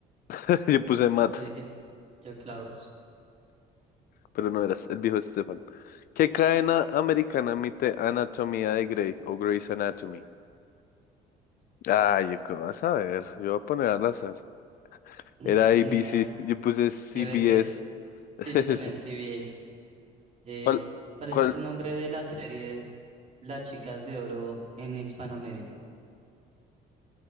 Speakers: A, on the left (about 60°); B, on the right (about 40°).
A: <laughs> Yo puse Matt,
B: Yo dije, yo Klaus.
A: pero no eras el viejo Stefan. ¿Qué cadena americana emite Anatomía de Grey o Grey's Anatomy? Ay, ¿yo qué vas a ver? Yo voy a poner al azar.
B: <clears throat>
A: Era ABC,
B: Ni idea.
A: yo puse CBS.
B: CBC.
A: <laughs>
B: Sí, yo también, CBAs. Eh,
A: ¿Cuál?
B: ¿cuál
A: ¿Cuál?
B: es el nombre de la serie Las chicas de oro en Hispanoamérica?